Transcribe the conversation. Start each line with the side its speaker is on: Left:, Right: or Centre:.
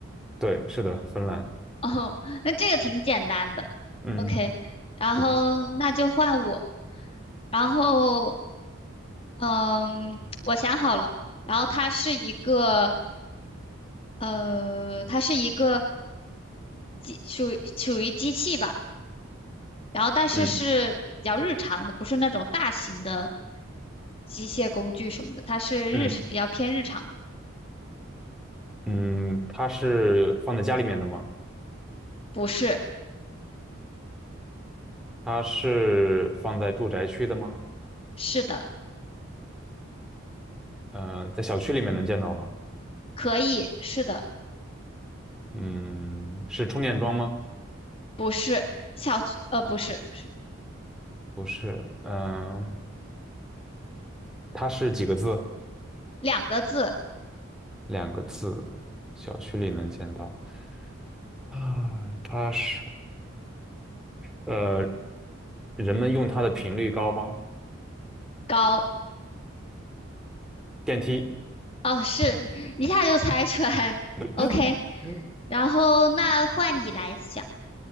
Centre: 对，是的，芬兰，
Left: <laughs> 哦，那这个挺简单的。
Centre: 嗯，
Left: OK，然后那就换我。
Centre: 是的，
Left: 然后，嗯，<tsk> 我想好了。然后它是一个，呃，它是一个机，属于属于机器吧。然后，但是是比较日常的，
Centre: 嗯
Left: 不是那种大型的机械工具什么的。它是日，
Centre: 嗯
Left: 比较偏日常的。
Centre: 嗯，它是放在家里面的吗？
Left: 不是，
Centre: 它是放在住宅区的吗？
Left: 是的，
Centre: 呃，在小区里面能见到吗？
Left: 可以，是的，
Centre: 嗯，是充电桩吗？
Left: 不是，小区，呃，不是，不是，
Centre: 不是，嗯，它是几个字？
Left: 两个字，
Centre: 两个字，小区里能见到。啊，它是，呃，人们用它的频率高吗？
Left: 高。
Centre: 电梯
Left: 哦，是，一下就猜出来了。
Centre: <clears throat>。
Left: OK，
Centre: 嗯嗯
Left: 然后那换你来想，